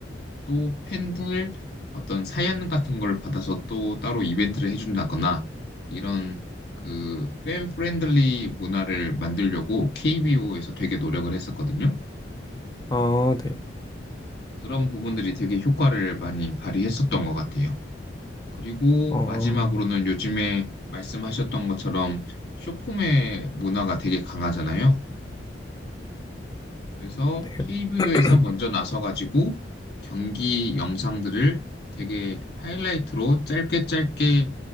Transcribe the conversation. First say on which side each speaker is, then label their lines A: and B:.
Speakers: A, on the left (about 60°); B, on the left (about 20°).
A: 또 팬들 어떤 사연 같은 걸 받아서 또 따로 이벤트를 해준다거나 이런 그 팬 프렌들리 문화를 만들려고 KBO에서 되게 노력을 했었거든요.
B: 아, 네.
A: 그런 부분들이 되게 효과를 많이 발휘했었던 것 같아요. 그리고
B: 어,
A: 마지막으로는 요즘에 말씀하셨던 것처럼 쇼폼의 문화가 되게 강하잖아요. 그래서
B: 네.
A: KBO에서
B: <clears throat>
A: 먼저 나서가지고 경기 영상들을 되게 하이라이트로 짧게 짧게